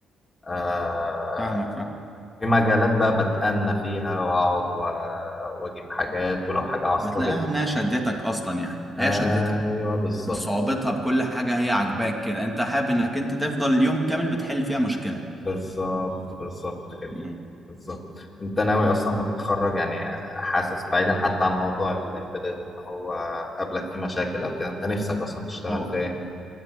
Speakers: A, on the left; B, in the centre.
A: آه
B: فاهمك فاهم
A: في مجالات بقى بتأنى فيها وأقعد و- وأجيب حاجات ولو حاجة عاصلة
B: بتلاقيها
A: أجيب
B: انها شدتك اصلا يعني هي
A: أيوه
B: شدتك
A: بالظبط
B: بصعوبتها بكل حاجه هي عاجباك كده انت حابب انك انت تفضل اليوم كامل بتحل فيها مشكله
A: بالظبط بالظبط كده
B: امم
A: بالظبط أنت ناوي أصلا ما تتخرج يعني حاسس بعيدا حتى عن موضوع الإمبيدد إن هو قابلك فيه مشاكل أو كده أنت نفسك أصلا تشتغل
B: هو
A: في إيه؟